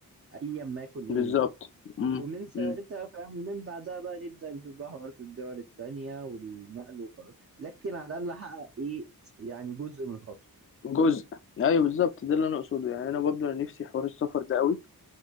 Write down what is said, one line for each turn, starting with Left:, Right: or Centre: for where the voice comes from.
Right: ايا ما يكون ايه
Left: بالظبط
Right: هي بقى
Left: امم
Right: ومن ساعتها
Left: امم
Right: فاهم ومن بعدها بقى نبدا نشوف بقى حوارات الدول التانيه والنقل وخلاص لكن على الاقل احقق ايه يعني جزء من الخطوه
Left: جزء ايوه بالظبط ده اللي انا اقصده يعني انا برضه انا نفسي حوار السفر ده قوي